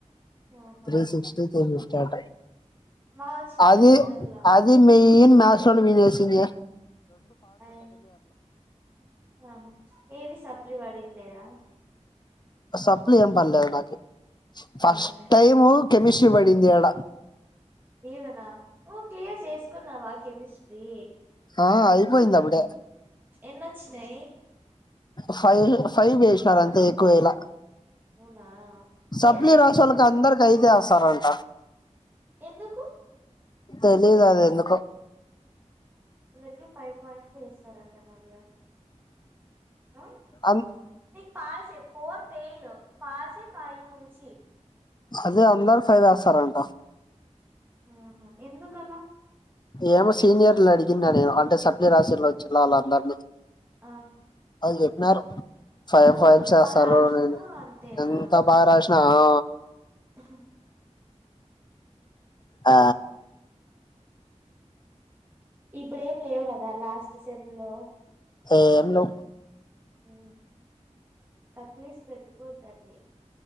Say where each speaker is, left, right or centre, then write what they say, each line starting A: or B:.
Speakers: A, on the right; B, on the left.
A: ఆహా
B: త్రీ సిక్స్టీ ఇనాఫ్ చాట
A: బా వచ్చినాయి
B: అది
A: కదా ఇంటర్ లో
B: అది మె ఏం నా సౌండ్ మీద వేసిందిగ
A: ఐ ఆహ ఏవి సప్ ప్లీ పడిండ్లేదా.
B: సప్లీ ఏంపడలేదు నాకు ఫస్ట్
A: ఆహా
B: టైమ్ కెమిస్ ప్లీ బడిన్దాడా
A: ఇడనా ఓ క్లియర్ చేసుకున్నావా కెమిస్ట్రీ
B: ఆ అయిపోయింది అప్పుడే
A: ఎన్నోచ్ చినాయి.
B: ఫైవ్ ఫైవ్ వేసినారు అంతే ఎక్కువ వెయల
A: అవునా క్లియర్
B: సప్లీ
A: అయిపోయింది
B: రాసే
A: కదా
B: వాళ్ళుందరికి ఐదే ఎస్ స్తారంట.
A: ఎందుకు
B: తెలిదు అది ఎందుకో
A: ఫైవ్ కి ఫైవ్ పాయింట్స్ వేస్సారంట నవ్య అ
B: అన్
A: నిక్ పాసె ఫోర్ పేయిలు పాసె ఫైవ్ నుంచి
B: అదే అందరు ఫైవ్ వేస్తారంట.
A: ఆహా ఎందుకలా
B: ఏమో సీనియర్లు అడిగిన్నా నేను అంటే సప్లీ రాసేకి వచ్చిల్లె వాళ్ళందరినీ
A: ఆ
B: వాల్ చెప్పినారు. ఫైవ్ ఫైవ్
A: ఎంత
B: ఇచ్చేస్తారో
A: బా రాసినా
B: నేను
A: అంతేనా
B: ఎంత బాగ రాశిన ఆ
A: ఉహ్
B: ఆ
A: ఇప్పుడేం లేవు కదా లాస్ట్ సెమ్లో
B: ఎ నో
A: ఉ సప్లీస్ పెట్టుకోద్దండి.